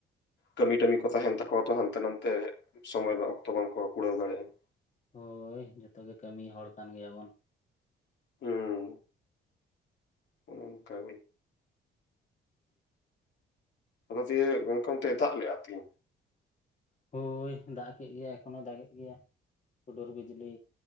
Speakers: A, on the left; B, on the left.
A: ᱠᱟᱹᱢᱤ ᱴᱟᱹᱢᱤ ᱠᱚ ᱛᱟᱦᱮᱱ ᱛᱟᱠᱚᱣᱟ ᱛᱚ ᱦᱟᱱᱛᱮ ᱱᱟᱱᱛᱮ᱾ ᱥᱚᱢᱚᱭ ᱵᱟᱝ ᱚᱠᱛᱚ ᱵᱟᱝ ᱠᱚ ᱠᱩᱲᱟᱹᱣ ᱫᱟᱲᱮᱭᱟᱜᱼᱟ᱾
B: ᱦᱳᱭ ᱡᱚᱛᱚ ᱜᱮ ᱠᱟᱹᱢᱤ ᱦᱚᱲ ᱠᱟᱱ ᱜᱮᱭᱟᱵᱳᱱ᱾
A: ᱦᱩᱸ ᱚᱱᱠᱟ <unintelligible> ᱟᱫᱚ ᱫᱤᱭᱮ ᱜᱚᱝᱠᱮ ᱚᱱᱛᱮᱭ ᱫᱟᱜ ᱞᱮᱜᱼᱟ ᱛᱤᱦᱤᱧ?
B: ᱦᱳᱭ ᱫᱟᱜ ᱠᱮᱜ ᱜᱮᱭᱟᱭ ᱮᱠᱷᱚᱱᱚ ᱫᱟᱜ ᱮᱜ ᱜᱮᱭᱟᱭ᱾ ᱦᱩᱰᱩᱨ ᱵᱤᱡᱽᱞᱤ